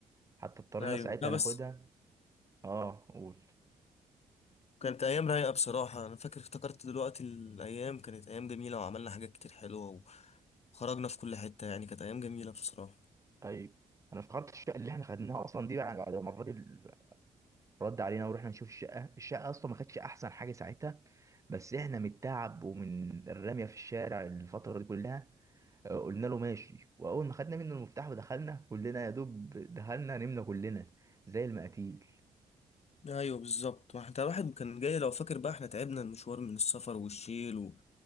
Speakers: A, on the right; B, on the left.
A: حتى اضطرينا
B: ايوه
A: ساعتها
B: لا بس
A: ناخدها اه قول
B: كانت ايام رايقه بصراحه انا فاكر افتكرت دلوقتي الايام كانت ايام جميله وعملنا حاجات كتير حلوه وخرجنا في كل حته يعني كانت ايام جميله بصراحه
A: ايوه انا افتكرت الشقة اللي احنا خدناها اصلا دي بعد بعد ما الراجل رد علينا ورحنا نشوف الشقة الشقة اصلا ما كانتش احسن حاجة ساعتها بس احنا من التعب ومن الرمية في الشارع الفترة دي كلها آه، قلنا له ماشي واول ما خدنا منه المفتاح ودخلنا كلنا يا دوب دخلنا نمنا كلنا زي المقاتيل
B: ايوه بالظبط ما حتى الواحد كان جاي لو فاكر بقى احنا تعبنا المشوار من السفر والشيل و...